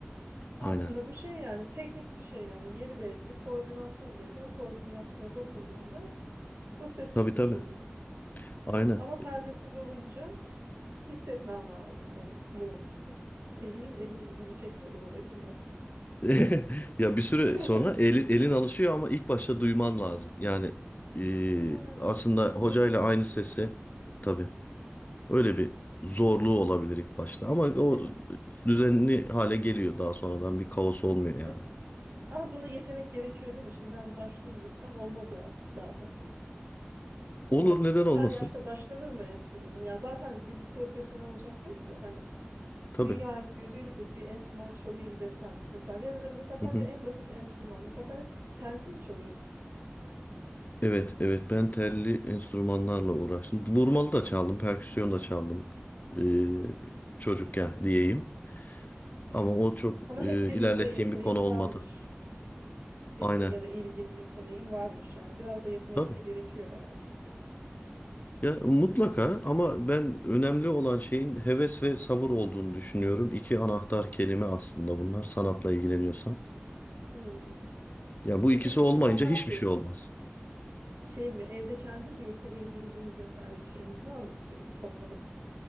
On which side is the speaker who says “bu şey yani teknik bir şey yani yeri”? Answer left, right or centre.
Right